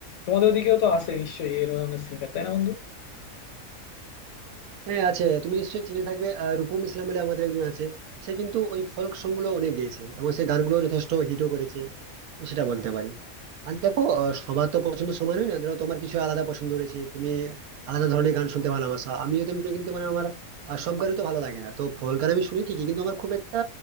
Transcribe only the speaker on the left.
তোমাদের ওদিকেও তো আছে নিশ্চয়ই এই ধরনের সিঙ্গার তাই না বন্ধু